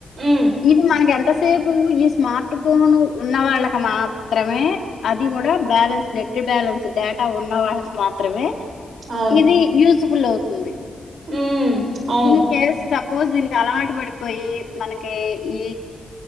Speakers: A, on the right; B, on the left.
A: ఉమ్
B: ఇది మనకు ఎంతస్ సేపు ఈ స్మార్ట్ ఫోన్ ఉన్న వాళ్ళకి మాత్రమే అది కూడా బ్యాలన్స్ నెట్ బ్యాలెన్స్ డేటా ఉన్న వాళ్ళకి మాత్రమే
A: అవును
B: ఇది యూజ్ ఫుల్ అవుతుంది
A: ఉమ్ అవును
B: ఇం కేస్ సప్ పోజ్ దీనికి అలవాటు పడిపోయి మనకి ఈ